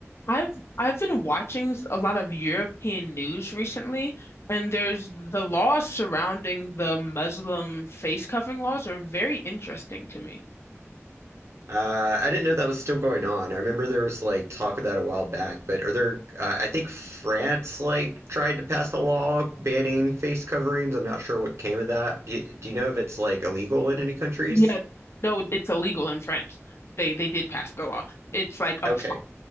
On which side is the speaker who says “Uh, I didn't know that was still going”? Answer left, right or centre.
Right